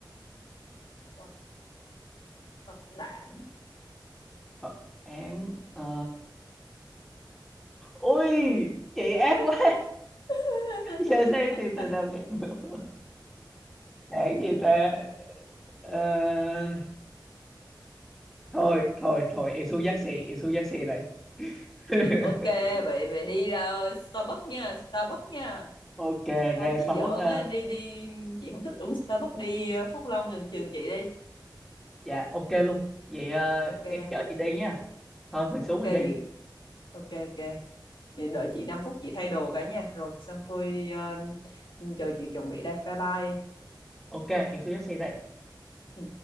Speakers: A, on the left (about 80°); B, in the centre.
A: Phật Phật đản
B: Phật án ờ, ui chị ác quá
A: <laughs>
B: <laughs> giờ sao em tìm từ đầu nghe được đáng gì ta Ờ, thôi thôi thôi em xuống dắt xe em xuống dắt xe đây <laughs>
A: ok vậy mày đi ra Starbucks nha Starbucks nha
B: ok
A: thôi
B: ra
A: chị
B: Starbucks
A: giỡn
B: ờ,
A: á đi đi chị không thích uống Starbucks đi ờ, Phúc Long gần trường chị đi
B: dạ ok luôn vậy ờ,
A: ok
B: em chở chị đi nha thôi mình xuống
A: ok
B: mình
A: chị
B: đi
A: ok ok Vậy đợi chị 5 phút chị thay đồ cả nha rồi xong thôi ờ, chờ chị chuẩn bị đây bye bye
B: ok em xuống dắt xe đây
A: Ừ.